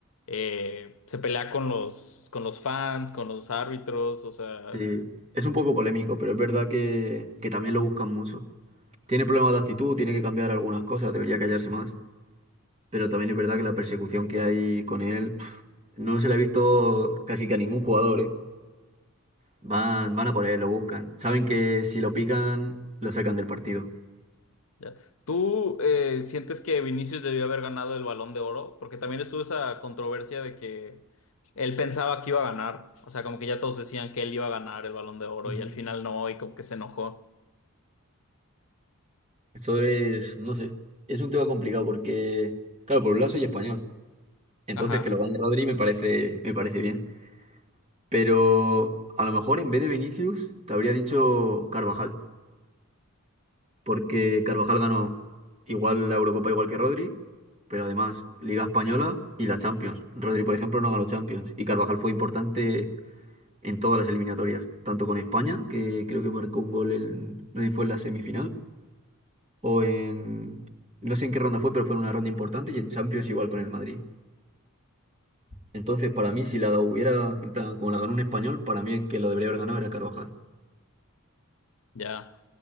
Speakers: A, on the left; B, on the right.
A: eh, se pelea con los, con los fans, con los árbitros, o sea,
B: Sí. Es un poco polémico, pero es verdad que, que también lo buscan mucho. Tiene problemas de actitud, tiene que cambiar algunas cosas, debería callarse más. Pero también es verdad que la persecución que hay con él, pf, no se la he visto casi que a ningún jugador, ¿eh? Van, van a por él, lo buscan. Saben que si lo pican, lo sacan del partido.
A: ya. ¿Tú eh, sientes que Vinicius debió haber ganado el Balón de Oro? Porque también estuvo esa controversia de que él pensaba que iba a ganar, o sea, como que ya todos decían que él iba a ganar el Balón de Oro
B: Ujú.
A: y al final no, y como que se enojó.
B: Eso es, no sé, es un tema complicado porque, claro, por un lado soy español, entonces
A: Ajá,
B: que lo gane Rodri me parece, me parece bien. Pero a lo mejor en vez de Vinicius te habría dicho Carvajal, porque Carvajal ganó igual la Eurocopa igual que Rodri, pero además Liga Española y la Champions. Rodri, por ejemplo, no ganó Champions y Carvajal fue importante en todas las eliminatorias, tanto con España, que creo que marcó un gol en, no sé si fue en la semifinal, o en, no sé en qué ronda fue, pero fue en una ronda importante, y en Champions igual con el Madrid. Entonces, para mí, si la hubiera, en plan, como la ganó un español, para mí el que lo debería haber ganado era Carvajal.
A: ya.